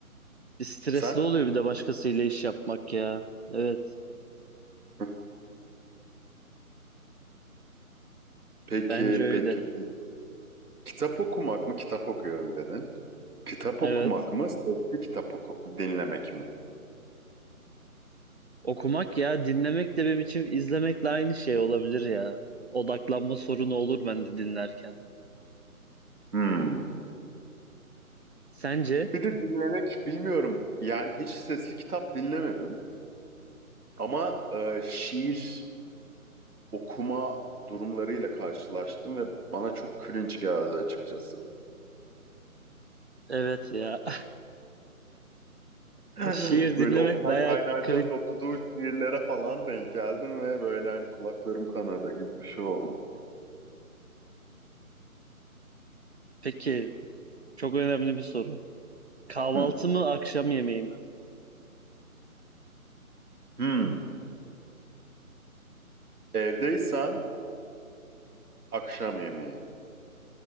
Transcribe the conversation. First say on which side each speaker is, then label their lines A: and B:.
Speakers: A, on the right (about 45°); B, on the right (about 85°).
A: stresli
B: Sen?
A: oluyor bir de başkasıyla iş yapmak ya. Evet,
B: <laughs> Peki,
A: bence öyle.
B: peki, peki. Kitap okumak mı, kitap okuyorum dedin. Kitap
A: Evet.
B: okumak mı, sesli kitap oku dinlemek mi?
A: Okumak ya, dinlemek de benim için izlemekle aynı şey olabilir ya. Odaklanma sorunu olur bende dinlerken.
B: Hmm.
A: Sence?
B: Bir de dinlemek bilmiyorum. Yani hiç sesli kitap dinlemedim. Ama e, şiir okuma durumlarıyla karşılaştım ve bana çok cringe geldi açıkçası.
A: Evet ya.
B: <laughs>
A: <laughs> Şiir
B: Böyle
A: dinlemek
B: Oktay
A: bayağı
B: Kaynarca'nın
A: cringe.
B: okuduğu şiirlere falan denk geldim ve böyle hani kulaklarım kanadı gibi bir şey oldu.
A: Peki, çok önemli bir soru. Kahvaltı
B: Hmm.
A: mı, akşam yemeği mi?
B: Hmm. Evdeysem akşam yemeği.